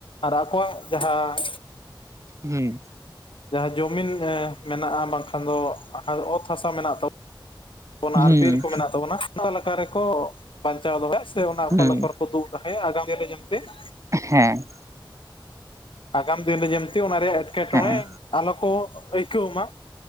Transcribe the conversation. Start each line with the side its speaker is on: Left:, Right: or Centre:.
Left: ᱟᱨ ᱟᱠᱚᱣᱟᱜ ᱡᱟᱦᱟᱸ
Right: ᱦᱮᱸ
Left: ᱡᱟᱦᱟᱸ ᱡᱚᱢᱤᱱ ᱢᱮᱱᱟᱜᱼᱟ ᱵᱟᱝᱠᱷᱟᱱ ᱫᱚ ᱚᱛ ᱦᱟᱥᱟ ᱢᱮᱱᱟᱜ ᱛᱟᱵᱚᱱᱟ
Right: ᱦᱩᱸ
Left: ᱟᱨ ᱵᱤᱨ ᱠᱚ ᱢᱮᱱᱟᱜ ᱛᱟᱵᱚᱱᱟ ᱚᱠᱟ ᱞᱮᱠᱟ ᱨᱮᱠᱚ ᱵᱟᱧᱪᱟᱣ ᱫᱚᱦᱚᱭᱟ ᱥᱮ ᱚᱱᱟ
Right: ᱦᱩᱸ
Left: ᱚᱠᱟ ᱫᱩᱜ ᱟᱜᱟᱢ ᱫᱤᱱ ᱨᱮ ᱧᱮᱞ ᱯᱮ <unintelligible>
Right: ᱦᱮᱸ
Left: ᱟᱜᱟᱢ ᱫᱤᱱᱨᱮ ᱧᱮᱞᱪᱮ ᱚᱱᱟ ᱨᱮᱭᱟᱜ ᱮᱴᱠᱮ ᱴᱚᱬᱮ
Right: ᱦᱮᱸ
Left: ᱟᱞᱚ ᱠᱚ ᱟᱹᱭᱠᱟᱹᱣ ᱢᱟ